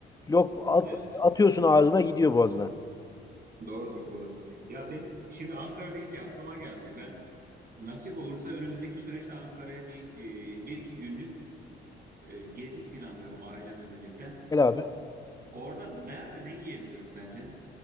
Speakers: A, on the left (about 20°); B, on the right (about 50°).
A: Lok at-
B: Evet.
A: atıyorsun ağzına gidiyor boğazına.
B: Doğrudur, doğrudur. Ya ben şimdi Ankara deyince aklıma geldi. Ben nasip olursa önümüzdeki süreçte Ankara'ya bir e, bir iki günlük e, gezi planlıyorum ailemle birlikte.
A: Gel abi.
B: Orada nerede ne yiyebilirim sence?